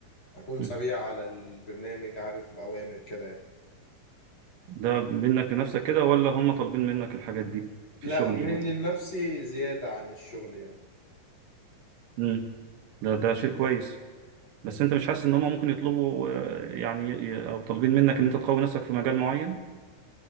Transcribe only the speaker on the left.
اكون
سريع على البرنامج عارف الاوامر كده يعني
لا
من
نفسي زيادة عن الشغل يعني